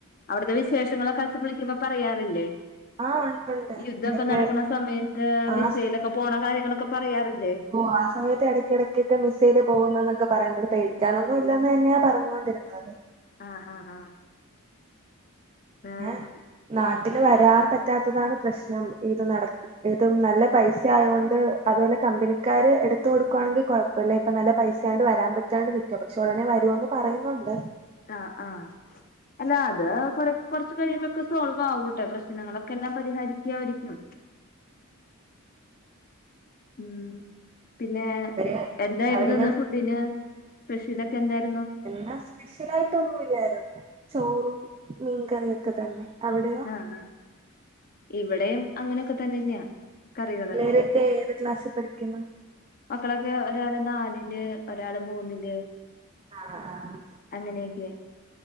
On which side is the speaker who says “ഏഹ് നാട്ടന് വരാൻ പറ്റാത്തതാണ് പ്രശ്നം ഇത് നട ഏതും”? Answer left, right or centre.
Right